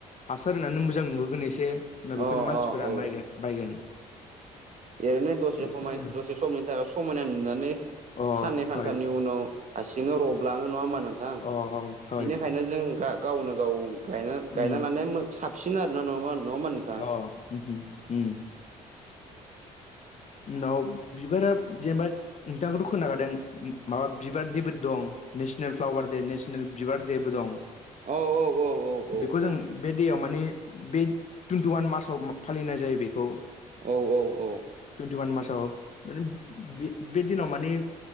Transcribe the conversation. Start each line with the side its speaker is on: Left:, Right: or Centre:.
Left: हासार होननानै मोजां नुहोगोन एसे। उनाव बेखौनो
Right: अ
Left: मानसिफोरा
Right: अ औ
Left: नायगोन बायगोन।
Right: एरैनो दसे
Left: बिसोरनो
Right: हमय दसे समनि थाखाय समायना नुनानै
Left: अ
Right: खाननै खानथामनि
Left: हय
Right: उनाव हारसिंनो रबलाङो नङा होमबानो नोंथां? थां
Left: अ हय हय
Right: बेनिखायनो जों गा गावनो गाव गायना
Left: उम
Right: गायना लानाया मो साबसिन आरोना नङाबा नङा होनबा नों
Left: अ उहु उम। उनाव बिबारा जेनेबा नोंथांखौथ' खोनाखादों माबा बिबार देबो दं नेसनेल फ्लावार दे नेसनेल बिबार देबो दं।
Right: औ औ औ औ
Left: बेखौ
Right: औ
Left: जों बे दैयाव माने बे टुइन्टिवान मार्चआव फालिनाय जायो बेखौ।
Right: औ औ औ।
Left: टुइन्टिवान मार्साव माने बे बे दिनाव माने